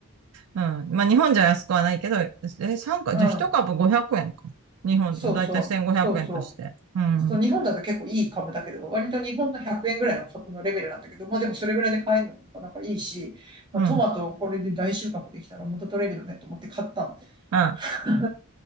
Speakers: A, on the right; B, on the right.
A: うん。うんまあ、日本じゃ安くはないけど、え、三か、
B: うん。
A: じゃあ一株500円か。日本、
B: そうそう。
A: だいたい1500円として。
B: そうそう。
A: うん。
B: そう、
A: うん。
B: 日本だと結構いい株だけど、割と日本の100円ぐらいの株のレベルなんだけど、まあでもそれぐらいで買えるのもなかなかいいし、まあ、
A: うん。
B: トマトをこれで大収穫できたら元取れるよねと思って買ったんで。<laughs>
A: うん。